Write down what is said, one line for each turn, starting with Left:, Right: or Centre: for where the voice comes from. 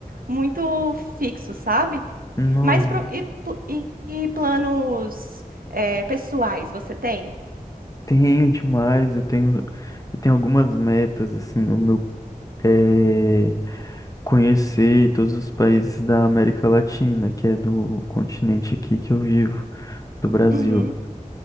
Right: muito fixo, sabe?
Left: Não,
Right: Mas pro- e, pl- e- e planos eh, pessoais você tem?
Left: tenho demais, eu tenho, eu tenho algumas metas, assim, o meu é conhecer todos os países da América Latina, que é do continente aqui que eu vivo, do Brasil,
Right: Uhum.